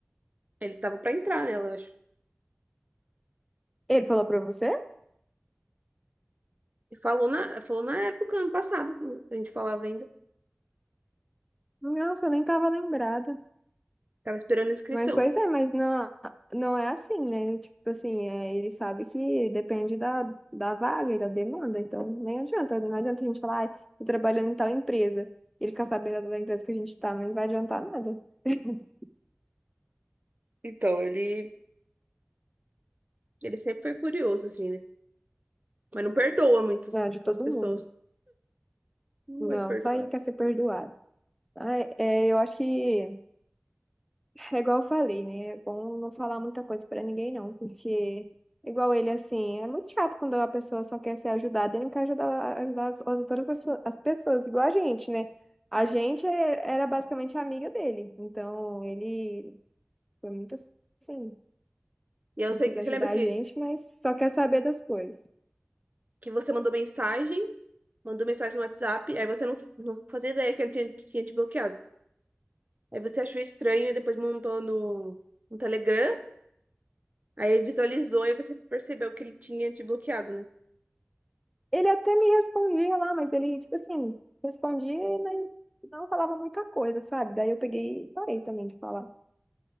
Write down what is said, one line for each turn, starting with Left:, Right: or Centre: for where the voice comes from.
Right: Ele tava pra entrar nela, eu acho.
Centre: Ele falou para você?
Right: E falou na, falou na época, ano passado, a gente falava ainda.
Centre: Nossa, eu nem tava lembrada.
Right: Tava esperando a inscrição.
Centre: Mas, pois é, mas não, não é assim, né? Tipo assim, é, ele sabe que depende da, da vaga e da demanda, então nem adianta, não adianta a gente falar, ai, tô trabalhando em tal empresa, e ele ficar sabendo da empresa que a gente tá, mas não vai adiantar nada. <laughs>
Right: Então, ele, ele sempre foi curioso, assim, né? Mas não perdoa muitas
Centre: Não, de todo
Right: as pessoas.
Centre: mundo.
Right: Não
Centre: Não,
Right: gosta de perdoar.
Centre: só ele quer ser perdoado. Ai, é, eu acho que É igual eu falei, né? É bom não falar muita coisa pra ninguém, não, porque, igual ele, assim, é muito chato quando a pessoa só quer ser ajudada e não quer ajudar, ajudar as, as outras pessoas, as pessoas, igual a gente, né? A gente é- era basicamente amiga dele, então ele foi muito assim,
Right: E aí, eu
Centre: não
Right: sei,
Centre: quis ajudar
Right: você lembra que,
Centre: a gente, mas só quer saber das coisas.
Right: que você mandou mensagem mandou mensagem no WhatsApp, aí você não, não fazia ideia que ele tinha, tinha te bloqueado. Aí você achou estranho e depois montou no, no Telegram, aí ele visualizou e você percebeu que ele tinha te bloqueado, né?
Centre: Ele até me respondia lá, mas ele, tipo assim, respondia, mas não falava muita coisa, sabe? Daí eu peguei e parei também de falar.